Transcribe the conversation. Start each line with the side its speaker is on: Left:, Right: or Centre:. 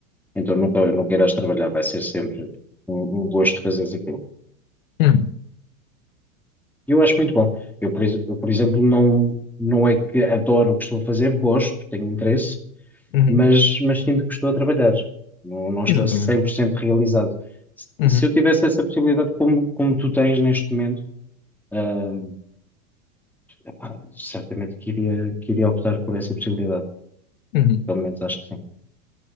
Centre: então nunca, nunca irás trabalhar, vai ser sempre um, um gosto fazeres aquilo.
Left: Uhum,
Centre: E eu acho muito bom. Eu, por, ex- eu, por exemplo, não, não é que adoro o que estou a fazer, gosto, tenho interesse,
Left: uhum.
Centre: mas, mas sinto que estou a trabalhar. Não, não estou
Left: Exatamente.
Centre: 100% realizado. Se
Left: Uhum,
Centre: se eu tivesse essa possibilidade, como, como tu tens neste momento, ah, Epá, certamente que iria, que iria optar por essa possibilidade.
Left: uhum.
Centre: Pelo menos acho que sim.